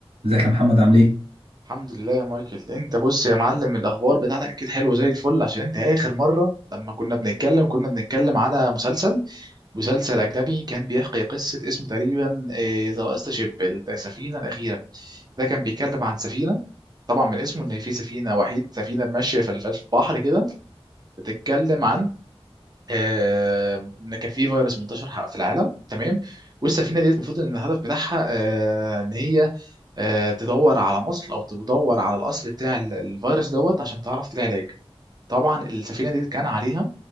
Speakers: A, on the right (about 75°); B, on the right (about 40°).
A: ازيك يا محمد عامل ايه؟
B: الحمد لله يا مايكل انت بص يا معلم الاخبار بتاعتك اكيد حلوه زي الفل عشان انت اخر مره لما كنا بنتكلم كنا بنتكلم على مسلسل مسلسل اجنبي كان بيحكي قصه اسمه تقريبا آه، ذا لاست شيب السفينه الاخيره ده كان بيتكلم عن سفينه طبعا من اسمه ان في سفينه وحيد سفينه ماشيه في الف- في البحر كده بتتكلم عن آه، ان كان في فيروس منتشر ح- في العالم تمام والسفينه ديت المفروض ان الهدف بتاعها آه، ان هي آه، تدور على مصل او تدور على الاصل بتاع ال- الفيروس دوت عشان تعرف تلاقي علاج طبعا السفينه دي كان عليها